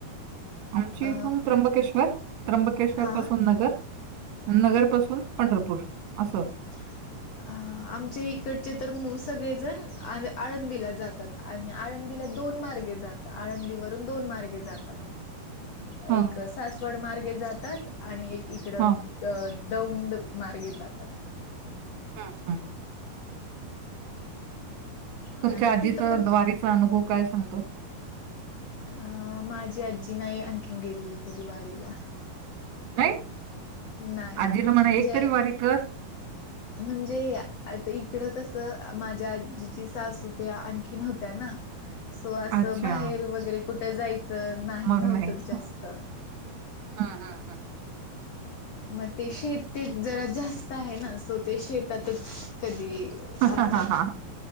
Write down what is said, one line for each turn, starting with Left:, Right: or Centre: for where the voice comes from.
Right: आमची
Left: अ
Right: इथून त्र्यंबकेश्वर त्र्यंबकेश्वर
Left: हा
Right: पासून नगर नगर पासून पंढरपूर असं
Left: <inaudible> अ आमचे इकडचे तर मोस-सगळेजण आळं-आळंदीला जातात आणि आळंदीला दोन मार्गे जात आळंदीवरून दोन मार्गे जातात.
Right: हां,
Left: एक सासवड मार्गे जातात आणि एक इकडं
Right: हां.
Left: द दौंड मार्गे जातात.
Right: हं, हं. तुमच्या
Left: आणि
Right: आजीचा
Left: तिथं पण
Right: द्वारीचा अनुभव काय सांगतो
Left: अ.. माझी आजी नाही आणखीन गेलेली कधी वारीला
Right: नाही
Left: नाही
Right: आजीला म्हणा
Left: म्हणजे
Right: एक तरी वारी कर
Left: म्हणजे आता इकडं कसं माझ्या जिची सासूत्या आणखीन होत्या ना <inaudible> सो अस
Right: अच्छा,
Left: बाहेर वगैरे कुठ जायचं च नाही
Right: मग
Left: नव्हत जास्त
Right: हं. हं, हं, हं.
Left: मग ते शेत ते जरा जास्त आहे ना सो ते शेतातच कधी
Right: हं,
Left: असं